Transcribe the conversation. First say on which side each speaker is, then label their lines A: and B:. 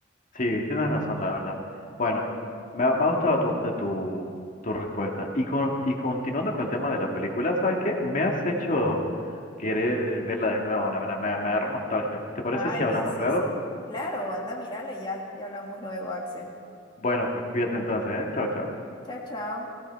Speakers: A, on the left; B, on the left.
A: Sí, tienes razón, la verdad. Bueno, me ha, me ha gustado tu, hasta tu, tu respuesta. Y, con, y continuando con el tema de la película, ¿sabes qué? Me has hecho querer verla de nuevo, la verdad, me, me agarró nostalgia. ¿Te parece
B: Ay,
A: si hablamos
B: bienísimo.
A: luego?
B: Claro, anda, mírale ya. Ya hablamos luego, Axel.
A: Bueno, pues cuídate entonces, ¿eh? Chao, chao.
B: Chao, chao.